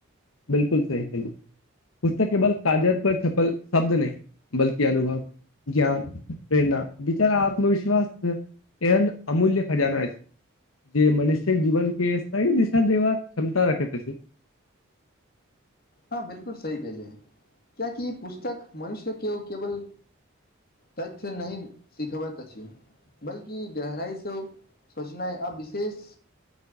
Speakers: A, on the left (about 75°); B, on the left (about 45°).
A: बिलकुल सही केली पुस्तक केवल काजत पर छपल शब्द नहि, बल्कि अनुभव, ज्ञान, प्रेरणा, विचार आ आत्मविश्वास एहन अमूल्य खजाना अछि, जे मनुष्यक जीवन के सही दिशा देबाक क्षमता रखैत अछि।
B: हाँ बिलकुल सही केलिये कियाकि पुस्तक मनुष्य के केवल तथ्य नहि सिखबैत अछि, बल्कि गहराई से सोचनाय आ विशेष